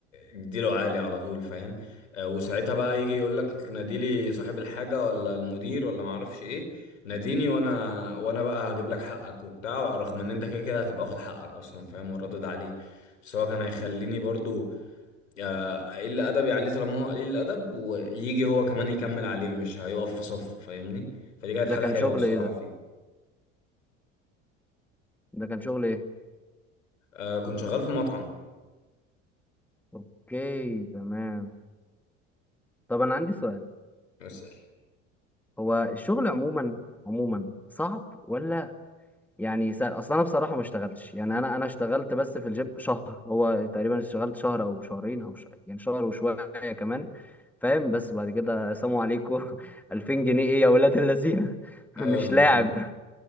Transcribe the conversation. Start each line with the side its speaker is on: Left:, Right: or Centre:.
Left: اديله عالي على طول فاهم آه وساعتها بقى يجي يقولك ناديلي صاحب الحاجة ولا المدير ولا معرفش إيه ناديني وانا وانا بقى هجيب لك حقك وبتاع رغم ان انت كده كده هتبقى واخد حقك اصلا فاهم وردد عليك بس هو كان هيخليني برضو آه، قليل ادبي عليه طالما هو قليل الادب ويجي هو كمان يكمل عليه مش هيقف في صفه فاهمني فدي كانت
Centre: ده
Left: حاجه
Centre: كان
Left: حلوه
Centre: شغل
Left: الصراحه
Centre: ايه ده
Left: فيه
Centre: ده كان شغل ايه
Left: آه كنت شغال في مطعم
Centre: اوكي تمام طب انا عندي سؤال
Left: اسال
Centre: هو الشغل عموما عموما صعب ولا يعني سهل اصل انا بصراحه ما اشتغلتش يعني انا انا اشتغلت بس في الجيم شهر هو تقريبا اشتغلت شهر او شهرين او ش... يعني شهر وشويه كمان فاهم بس بعد كده سلام عليكم <laughs> 2000 جنيه ايه يا ولاد اللذينه <laughs> مش
Left: ايوه انا
Centre: لاعب
Left: فاهم